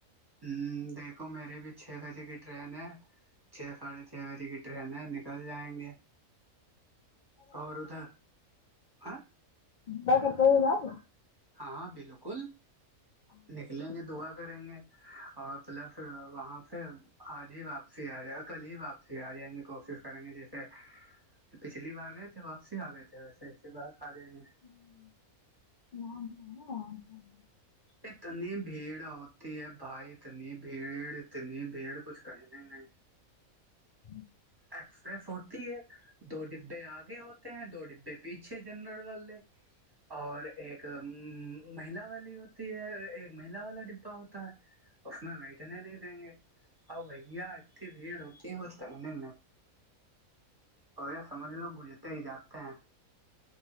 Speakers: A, on the right; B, on the left.
A: ہاں دیکھو میری بھی چھ بجے کی ٹرین ہے چھ ساڑھے چھ بجے کی ٹرین ہے کل جائیں گے اور ادھر ہاں
B: با کرتا ہو رام
A: ہاں ہاں بالکل
B: ہاں
A: نکلیں گے دعا کریں گے اور پلس وہاں آجیاپ آ جائے کل ہی و آپسی آ جائیں گے کوشش کریں گے جیسے پچھلی بار گئے تھے واپسی آ گئے تھے ویسے ایے باہ آ جائیں گے
B: <inaudible>
A: اتنی بھیڑ ہوتی ہے بھائی اتنی بھیڑ نہیں بڑ کچھ کہ نہیں
B: ہی
A: ایکسپریس ہوتی ہے دو ڈبے آگے ہوتے ہیں دو ڈبے پیچھے جنرل والے اور ایک مہلا والی ہوتی ہے ایک مہیلا والا ڈبا ہوتا اس میں بیٹھنے نہیں دیں گے آؤ بھیا ا جی بھیوتی گت ہے اور یہ سمجھ لوگ گزرتے ہی جاتے ہیں